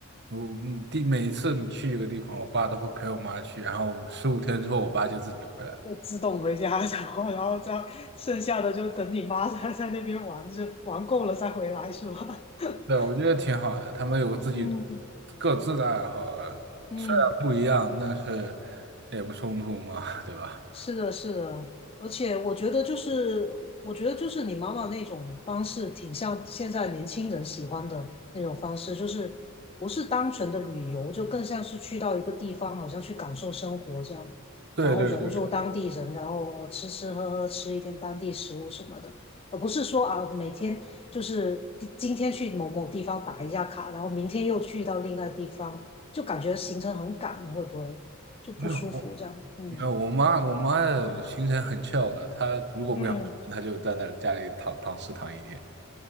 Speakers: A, on the right; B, on the left.
A: 嗯第每一次去一个地方，我爸都会陪我妈去，然后十五天之后，我爸就自己回来了。
B: 就自动回家，<laughs> 然后然后这样剩下的就等你妈在 <laughs> 在那边玩，就玩够了再回来是吧？<laughs>
A: 对，我觉得挺好的，他们有自己
B: 嗯
A: 各自的爱好，
B: 嗯，
A: 虽然不一样，但是也不冲突嘛，对吧？
B: 是的，是的，而且我觉得就是，我觉得就是你妈妈那种方式，挺像现在年轻人喜欢的那种方式，就是不是单纯的旅游，就更像是去到一个地方，好像去感受生活这样，
A: <laughs> 对对对。
B: 然后融入当地人，然后吃吃喝喝，吃一点当地食物什么的，而不是说啊每天就是今今天去某某地方打一下卡，然后明天又去到另外地方，就感觉行程很赶，会不会就不舒服这样？
A: 没有，我
B: 嗯。
A: 没有，我妈我妈的行程很 c 的，她如果不想出门，
B: 嗯，
A: 她就在那家里躺躺尸躺一天。